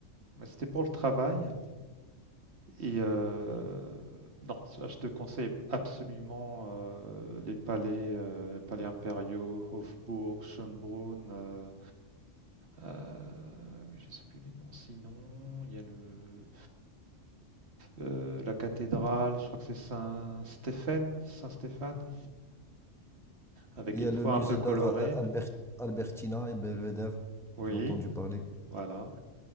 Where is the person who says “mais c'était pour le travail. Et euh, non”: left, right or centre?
Right